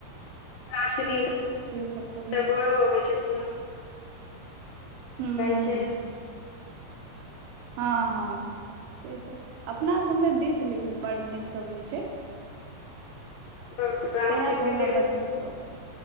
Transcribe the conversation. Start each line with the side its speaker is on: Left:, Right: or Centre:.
Left: लास्ट दिन
Right: से सब तऽ होइते
Left: बड़ो
Right: छै
Left: अबै छथिन ने।
Right: हुँउं।
Left: छै
Right: हाँ हाँ से सब अपना सब मे बिध लेकिन बड नीक सब होइ छैय।
Left: बहुत ब्राह्मण
Right: सेएहे
Left: के
Right: तऽ
Left: विधि
Right: हमरा बड नीक लगै।